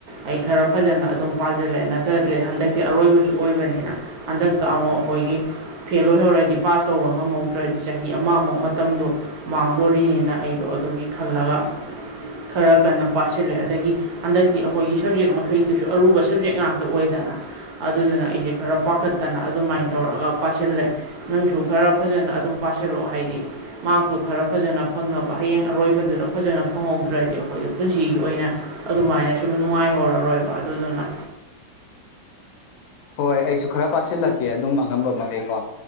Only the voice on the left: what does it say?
ꯍꯣꯏ ꯑꯩꯁꯨ ꯈꯔ ꯄꯥꯁꯤꯜꯂꯛꯀꯦ ꯑꯗꯨꯝ ꯑꯉꯝꯕ ꯃꯈꯩꯀꯣ